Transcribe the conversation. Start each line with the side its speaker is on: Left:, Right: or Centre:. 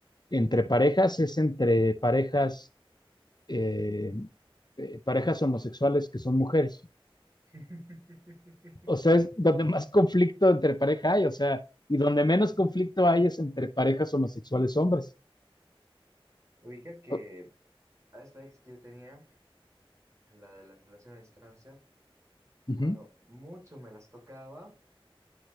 Left: entre parejas es entre parejas, eh, eh, parejas homosexuales que son mujeres.
Right: <laughs>
Left: O sea, es donde más conflicto entre pareja hay, o sea, y donde menos conflicto hay es entre parejas homosexuales hombres.
Right: Ubica que
Left: O-
Right: a esta ex que yo tenía, la de la relación a distancia,
Left: ujú.
Right: cuando mucho me las tocaba,